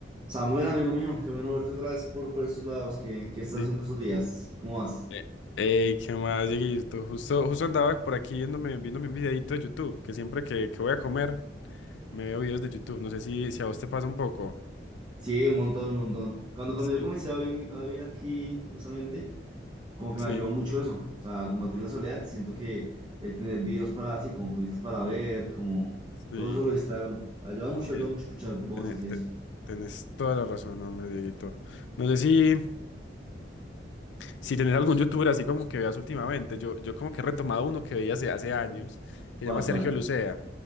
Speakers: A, on the right (about 25°); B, on the left (about 85°).
A: Samuel, amigo mío, qué bueno verte otra vez por, por estos lados. ¿Qué, qué estás
B: Sí.
A: haciendo estos días? ¿Cómo vas?
B: Eh, Ey, ¿qué más, Dieguito? Justo, justo andaba por aquí viéndome, viéndome un videito de YouTube, que siempre que, que voy a comer me veo videos de YouTube. No sé si, si a vos te pasa un poco.
A: Sí, un montón, un montón. Cuando, cuando
B: Sí,
A: yo comencé a vivir, a vivir aquí, justamente, como que
B: sí,
A: me ayudó mucho eso, o sea, combatir la soledad. Siento que el tener videos para así, como cositas para ver, como
B: sí.
A: todo eso lo distrae a uno. Ayuda mucho,
B: Eh,
A: ayuda mucho escuchar voces
B: tenés,
A: y eso.
B: te- tenés toda la razón, hombre, Dieguito. No sé si, si tenés algún youtuber así como que veas últimamente. Yo, yo como que he retomado uno que veía hace, hace años,
A: ¿Cuál,
B: que se llama Sergio
A: cuál?
B: Lucea,